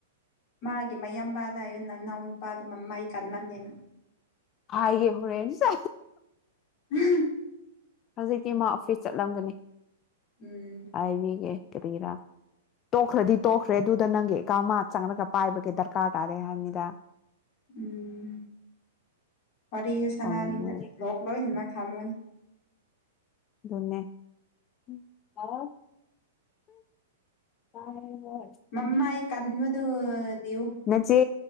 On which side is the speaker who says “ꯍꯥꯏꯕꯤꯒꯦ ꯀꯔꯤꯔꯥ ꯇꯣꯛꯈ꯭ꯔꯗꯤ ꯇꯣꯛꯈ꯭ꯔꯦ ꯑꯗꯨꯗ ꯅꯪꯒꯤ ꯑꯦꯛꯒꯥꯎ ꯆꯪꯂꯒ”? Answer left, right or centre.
Left